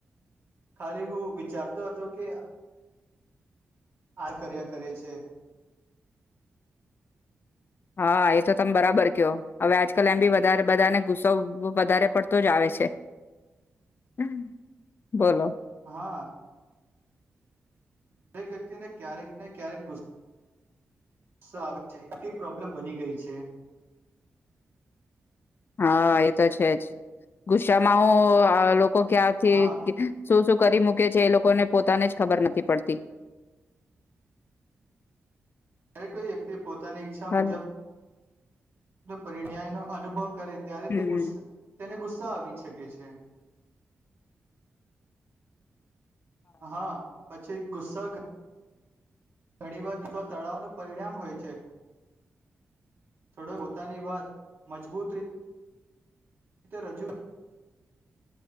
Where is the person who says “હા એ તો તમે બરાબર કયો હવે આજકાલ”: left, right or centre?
Left